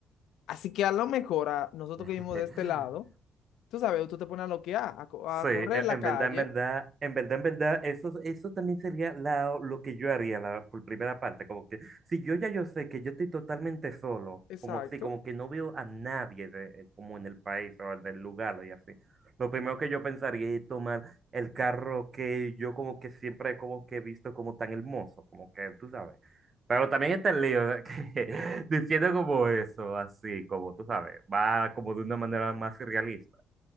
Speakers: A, on the left; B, on the right.
A: Así que a lo mejor a nosotros
B: <laughs>
A: que vivimos de este lado, tú sabes, tú te pones a loquear, a, co-
B: Sí,
A: a
B: en,
A: correr en la
B: en
A: calle,
B: verdad, en verdad, en verdad, en verdad, eso, eso también sería la- lo que yo haría la, por primera parte, como que si yo ya yo sé que yo estoy totalmente solo,
A: exacto,
B: como así, como que no veo a nadie de- como en el país o del lugar y así, lo primero que yo pensaría es tomar el carro que yo como que siempre como que he visto como tan hermoso, como que tú sabes, pero también está el lío de que, <laughs> diciendo como eso, así, como tú sabes, va como de una manera más realista.